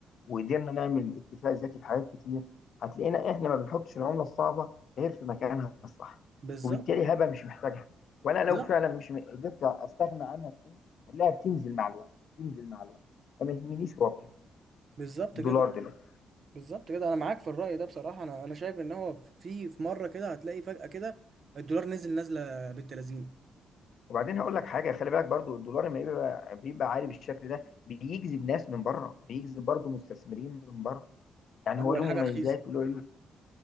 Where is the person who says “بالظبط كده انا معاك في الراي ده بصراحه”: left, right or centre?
Right